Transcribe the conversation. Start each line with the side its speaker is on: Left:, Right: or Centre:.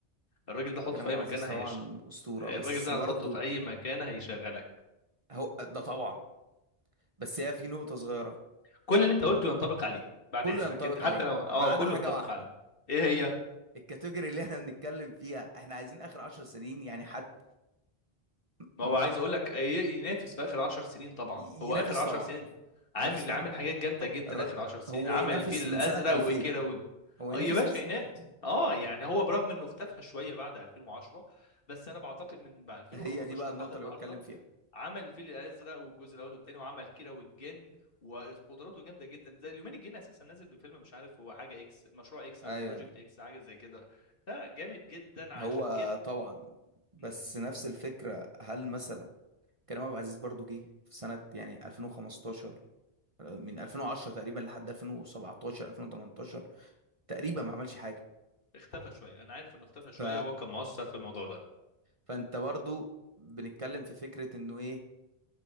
Left: الراجل ده حطه
Right: كريم
Left: في
Right: عبد
Left: اي
Right: العزيز
Left: مكان هيشتغل
Right: طبعا اسطوره
Left: الراجل
Right: بس
Left: ده
Right: برضه
Left: هتحطه في اي مكان هيشغلك
Right: هو ده طبعا بس هي في نقطه صغيره
Left: كل اللي انت قلته ينطبق عليه بعد
Right: كله
Left: اذنك
Right: ينطبق
Left: انت حتى
Right: عليه
Left: لو اه
Right: ما عدا
Left: كله
Right: حاجه
Left: ينطبق
Right: واحده
Left: عليك ايه هي
Right: الكاتيجوري اللي احنا بنتكلم فيها احنا عايزين اخر عشر سنين يعني حد م-
Left: ما
Right: م-
Left: هو عايز اقول لك ي- ينافس في اخر 10 سنين طبعا
Right: ي-
Left: هو
Right: ينافس
Left: اخر 10
Right: طبعا
Left: سنين عامل
Right: ينافس طبعا
Left: عامل حاجات جامده جدا
Right: الر-
Left: اخر 10 سنين
Right: هو
Left: عمل
Right: ينافس
Left: الفيل الازرق
Right: من سنة 2000
Left: وكيرة و...
Right: هو
Left: اه
Right: ينافس
Left: يا باشا
Right: من سنة
Left: ينافس
Right: 2000
Left: اه يعني هو برغم انه اختفى شويه بعد 2010 بس انا بعتقد من بعد 2015
Right: هي دي بقى النقطة
Left: لحد النهارده
Right: اللي بتكلم فيها
Left: عمل الفيل الازرق والجزء الاول والثاني وعمل كيرة والجن وقدراته جامده جدا زي اليومين الجن اساسا نازل بفيلم مش عارف هو حاجه اكس مشروع اكس
Right: ايوه
Left: او بروجكت اكس حاجه زي كده لا جامد جدا عشان
Right: هو طبعا بس
Left: كده
Right: نفس الفكرة هل مثلا كريم عبد العزيز برضو جه في سنة يعني 2015 آه، من 2010 تقريبا لحد 2017 2018 تقريبا ما عملش حاجة
Left: اختفى شويه انا عارف انه اختفى شويه
Right: ف...
Left: وهو كان مؤثر في الموضوع ده
Right: فانت برضو بنتكلم في فكرة انه ايه